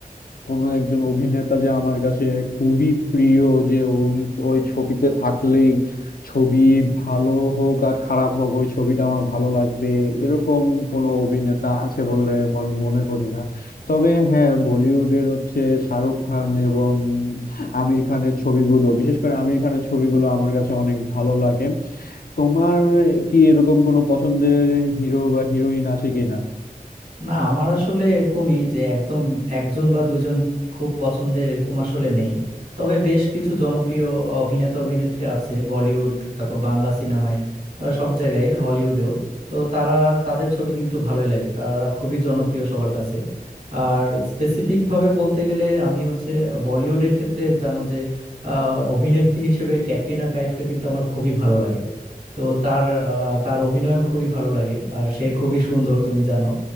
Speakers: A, on the left (about 70°); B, on the right (about 65°).
A: কোন একজন অভিনেতা যে আমার কাছে খুবই প্রিয় যে উনি তো ওই ছবিতে থাকলেই ছবি ভালো হোক আর খারাপ হোক ওই ছবিটা আমার ভালো লাগবে এরকম কোনো অভিনেতা আছে বলে আমি মনে করি না তবে হ্যাঁ বলিউডের হচ্ছে শাহরুখ খান এবং আমির খানের ছবিগুলো বিশেষ করে আমির খানের ছবিগুলো আমার কাছে অনেক ভালো লাগে তোমার কি এরকম কোনো পছন্দের হিরো বা হিরোইন আছে কিনা
B: না আমার আসলে এরকমই যে একদম একজন বা দুইজন খুব পছন্দের এরকম আসলে নেই তবে বেশ কিছু জনপ্রিয় অভিনেতা অভিনেত্রী আছে বলিউড তারপর বাংলা সিনেমায় আহ, সব জায়গায় হলিউডেও তো তারা তাদের ছবি কিন্তু ভালোই লাগে তারা খুবই জনপ্রিয় সবার কাছে আর স্পেসিফিক ভাবে বলতে গেলে আমি হচ্ছে বলিউডের ক্ষেত্রে জানো যে আহ, অভিনেত্রী হিসেবে ক্যাটরিনা কাইফকে কিন্তু আমার খুবই ভালো লাগে তো তার আহ, তার অভিনয়ও খুবই ভালো লাগে আর সে খুবই সুন্দর তুমি জানো